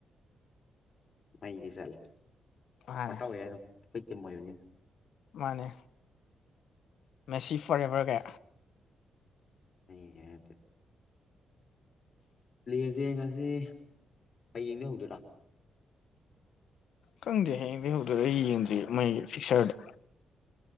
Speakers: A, on the left; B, on the left.
A: ꯃꯩꯗꯤ ꯆꯠꯂꯦ ꯁꯞꯄ꯭ꯣꯔꯠ
B: ꯃꯥꯅꯦ
A: ꯇꯧꯋꯦ ꯑꯗꯨꯝ ꯑꯈꯣꯏ ꯇꯤꯝ ꯑꯣꯏꯕꯅꯤꯅ
B: ꯃꯥꯅꯦ ꯃꯦꯁꯤ ꯐꯣꯔ ꯑꯦꯕꯔꯒꯥ
A: <unintelligible> ꯂꯁꯦ ꯉꯁꯤ ꯍꯌꯦꯡꯗ ꯍꯧꯗꯣꯏꯔꯥ
B: ꯀꯪꯗꯦ ꯍꯌꯦꯡꯕꯤꯍꯧꯗꯗ ꯑꯩ ꯌꯦꯡꯗ꯭ꯔꯤ ꯃꯩꯒꯤ ꯐꯤꯛꯁꯔꯗ